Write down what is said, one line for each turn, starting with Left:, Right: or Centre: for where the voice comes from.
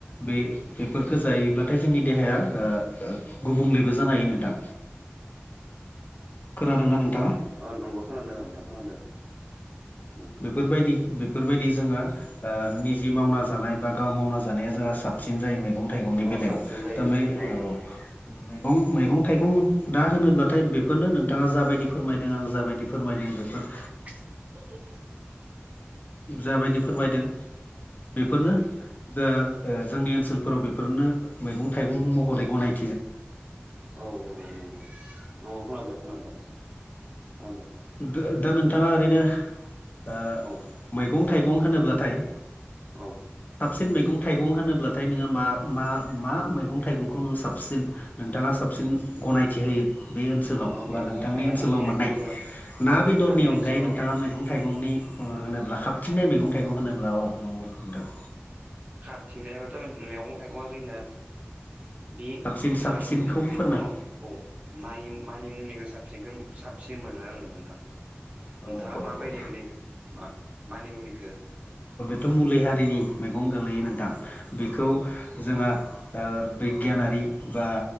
Left: बे बेफोरखो जायोब्लाथाय जोंनि देहाया ओ गुबुंलेबो जानो हायो नोंथां। खोनादोंना नोंथाङा?
Right: ओ नंगौ खोनादों नोंथां खोनादों औ।
Left: बेफोरबायदि बेफोरबायदि जोङो ओ निजे मावना जानाय बा गाव मावना जा जानाया जोंना साबसिन जायो मैगं थाइगंनि
Right: अ
Left: बेलायाव
Right: साबसिन जायो
Left: दा
Right: नोंथां
Left: मैगं
Right: औ
Left: मैगं थाइगं दा होनोब्लाथाय बेफोरनो नोंथाङा जाबायदि फोरमायदों आं जाबायदि फोरमायदों बेफोर
Right: <unintelligible>
Left: जाबायदि फोरमायदों बेफोरनो दा जोंनि ओनसोलफोराव बेफोरनो मैगं थाइगं महरै गनाय
Right: औ नंगौ नंगौ नंगौ खोनादों खोनादों। आ नो
Left: दा दा नोंथाङा ओरैनो ओ
Right: औ
Left: मैगं थाइगं होनोब्लाथाय
Right: औ
Left: साबसिन मैगं थाइगं होनोब्ला नाथाय नोङा मा मा मा मैगं थाइगंखौ नोङो साबसिन नोंथाङा साबसिन गनायथि होयो बे ओनसोल ओनसोलाव
Right: आं मैगं
Left: बा नोंथांनि
Right: थाइगंनि
Left: ओनसोलाव मोननाय
Right: गेजेराव
Left: ना बेदरनि
Right: गामि ओनसोलाव
Left: अनगायै नोंथाङा मैगं थाइगंनि ओ होनोब्ला खाबथिनै मैगं थाइगं होनोब्ला औ नंगौ नोंथां।
Right: खाब थिंनायबाथ' मैगं थाइगंआ जोंनिआ बे
Left: साबसिन साबसिनखौ
Right: मानि उम उम
Left: फोरमाय
Right: अ औ मानि मानि मुंनिखौ साबसिनखौ साबसिन मोनो आङो नोंथां।
Left: औ
Right: नोंथाङा
Left: औ
Right: माबायदि
Left: औ
Right: मोनो मा मानि मुनिखौ?
Left: थ' मुलि हारिनि मैगं गोलैयो नोंथां। बेखौ
Right: औ
Left: जोंहा ओ बिगियानारि बा